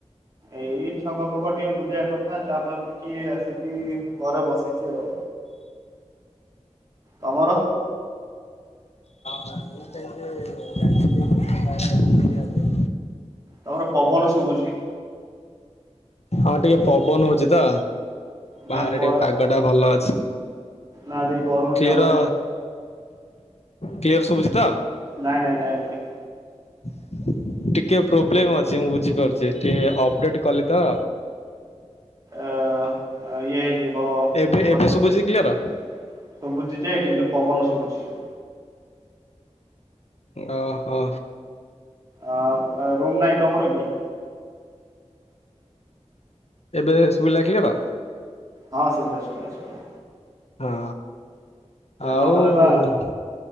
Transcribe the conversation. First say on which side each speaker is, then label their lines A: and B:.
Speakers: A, on the right; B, on the left.
A: ଏଇ ଛକ ଫକ ଟିକେ ବୁଲିବା କଥା ଚା ଫା ପିଇିକି ଆସିକି ଘରେ ବସିଛି ଆଉ
B: <unintelligible>
A: ତମର?
B: ହଁ ମୁ ଚାଁଲେ ଯାଇଥିଲି ଢେଙ୍କାନାଳ ଆଡେ ବୁଲିବାକୁ
A: ତମର ପବନ ଶୁଭୁଛି
B: ହଁ ଟିକେ ପବନ ହଉଛି ତ। ବାହାରେ
A: ନା ପଳା
B: ଟିକେ ପାଗ ଟା ଭଲ ଅଛି
A: ନା ଦେଇ ଘରକୁ
B: କ୍ଲିୟର
A: ଯା ମାନେ
B: କ୍ଲିୟର ଶୁଭୁଛି ତ?
A: ନାଇଁ ନାଇଁ ନାଇଁ ନାଇଁ
B: <unintelligible> ଟିକେ ପୋବ୍ଲେମ ଅଛି ମୁଁ ବୁଝିପାରୁଛି ଟି ଅପଡେଟ କଲି ତ
A: ଆ -ଇଏ ଯିବ
B: ଏବେ ଏବେ
A: ସୁବୁଛି
B: ଶୁଭୁଛି କ୍ଲିୟର?
A: ଯେ କିନ୍ତୁ ପବନ ସବୁଛି
B: ଓହୋ
A: ଅଁ ଅ ରୁମ୍ ନାହିଁ ତମର କି?
B: ଏବେ ଶୁବିଲା କ୍ଲିୟର।
A: ହଁ ଶୁବିଲା- ଶୁବିଲା- ଶୁବିଲା
B: ହଁ ଆଉ
A: ନହେଲେ ବା